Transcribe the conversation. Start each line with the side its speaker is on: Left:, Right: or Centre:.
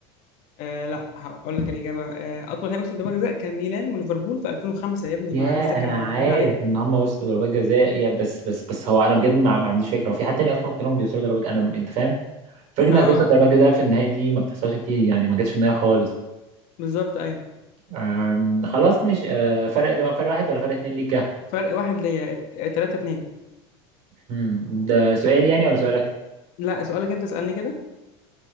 Left: آه لا هقول لك الاجابه آه اطول نهائي وصل لضربات جزاء كان ميلان وليفربول في 2005 يا ابني
Right: يا
Left: ما لسه كان
Right: انا
Left: متكلمين
Right: عارف
Left: عليها
Right: ان هم وصلوا ضربات جزاء يا بس بس بس هو انا بجد ما, ما عنديش فكره هو في حد تاني اصلا غيرهم بيوصلوا ضربات جزاء؟ انا انت فاهم فكره انك
Left: اه اه
Right: توصل ضربات
Left: آه.
Right: جزاء في النهائي دي ما بتحصلش كتير يعني ما جاتش في النهائي خالص
Left: بالظبط ايوه
Right: أم، خلاص مش أه، فرق ده فرق واحد ولا فرق اتنين ليك يا؟
Left: فرق واحد ليا 3 2
Right: هم، ده سؤالي يعني ولا سؤالك
Left: لا سؤالك انت اسألني كده